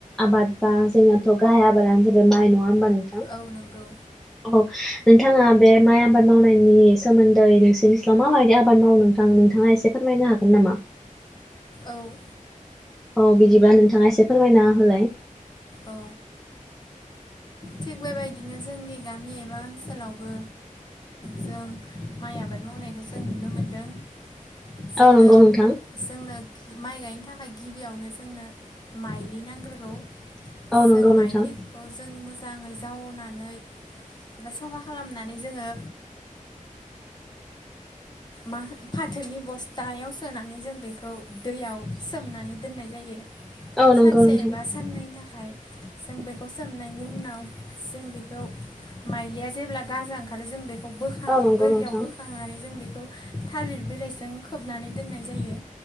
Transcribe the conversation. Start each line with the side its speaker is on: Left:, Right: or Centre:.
Centre: आबाद बा जोंनाथ' गाहाय आबादानो जाबाय माइ नङा होमबा नोंथां?
Left: औ नंगौ
Centre: औ नोंथाङा बे माइ आबाद मावनायनि सोमोन्दै नोंसोरनिस्लाव माबायदि आबाद मावो नोंथां नोंथाङा एसे फोरमाय यनो हागोन नामा?
Left: औ।
Centre: औ बिदिब्ला नोंथाङा एसे फोरमायना होलाय।
Left: औ। थिग बेबायदिनो जोंनि गामि एबा ओनसोलावबो जों माइ आबाद मावनायखौ जों नुनो मोनदों। जोंनो
Centre: औ नंगौ नोंथां
Left: जोंनो माइ गायनो थाखाय गिबियावनो। जोंनो माइलि नांग्रोगौ
Centre: औ
Left: जों
Centre: नंगौ
Left: माइलिखौ
Centre: नोंथां
Left: जों मोजा जाङै जावनानै एबा साफा खालामनानै जोङो
Centre: <inaudible>
Left: मा फाथोनि बस्थायाव सोनानै जों बेखौ दैयाव सोमनानै दोन नाय जायो
Centre: औ नंगौ
Left: सानसे
Centre: नोंथां
Left: एबा साननैनि थाखाय जों बेखौ सोमनायनि उनाव जों बेखौ माइलिया जेब्ला गाजा ओंखारो जों बे खौ बोखां
Centre: औ नंगौ
Left: बोरियाव
Centre: नोंथां
Left: बोखांनानै जों बेखौ थालिर बिलाइजों खोबनानै दोननाय जायो।